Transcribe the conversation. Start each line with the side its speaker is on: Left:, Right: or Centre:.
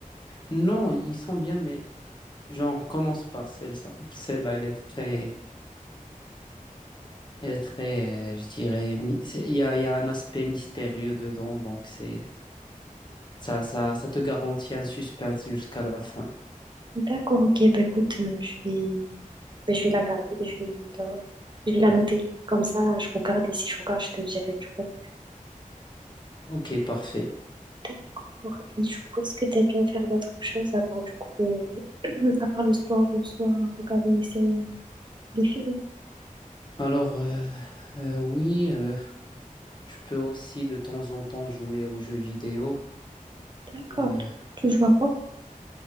Left: Non, ils sont bien, mais genre, commence par celle, celle-là, elle est très, elle est très, euh, je dirais, mi- c'est- il y a, il y a un aspect mystérieux dedans, donc c'est, Ça, ça, ça te garantit un suspense jusqu'à la fin.
Right: D'accord, ok, bah écoute, euh, je vais, bah, je vais la garder, je vais la, je vais la noter. Comme ça, je regarde et si je regarde, je te dirai du coup.
Left: Ok, parfait.
Right: D'accord, et du coup, est-ce que t'aimes bien faire d'autres choses à part du coup le, <clears throat> à part le sport ou soit regarder les séries, les films?
Left: Alors, euh, euh, oui, euh, je peux aussi de temps en temps jouer aux jeux vidéo.
Right: D'accord.
Left: Euh,
Right: Tu joues à quoi?